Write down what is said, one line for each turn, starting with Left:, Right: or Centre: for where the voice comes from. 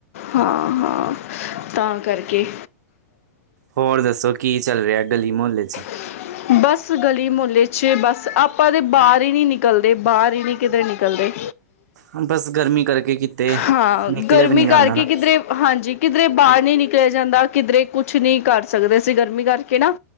Left: ਹਾਂ-ਹਾਂ ਤਾਂ ਕਰਕੇ।
Right: ਹੋਰ ਦੱਸੋ ਕੀ ਚੱਲ ਰਿਹਾ ਐ ਗਲੀ ਮੋਹੱਲੇ ਚ?
Left: <unintelligible> ਬੱਸ ਗਲੀ ਮੁਹੱਲੇ ਚ ਬੱਸ ਆਪਾਂ ਤਾਂ ਬਾਹਰ ਈ ਨਹੀਂ ਨਿਕਲਦੇ। ਬਾਬਰ ਈ ਨਹੀਂ ਕਿਤੇ ਨਿਕਲਦੇ।
Right: ਹਾਂ ਬਸ ਗਰਮੀ ਕਰਕੇ ਕਿਤੇ
Left: ਹਾਂ
Right: ਨਿਕਲਿਆ
Left: ਗਰਮੀ
Right: ਵੀ ਨਹੀਂ
Left: ਕਰਕੇ
Right: ਜਾਂਦਾ ਨਾ।
Left: ਕਿਧਰੇ ਹਾਂਜੀ ਕਿਧਰੇ ਬਾਹਰ ਨਹੀਂ ਨਿਕਲਿਆ ਜਾਂਦਾ। ਕਿਧਰੇ ਕੁਛ ਨਹੀਂ ਕਰ ਸਕਦੇ ਅਸੀ ਗਰਮੀ ਕਰਕੇ ਨਾ।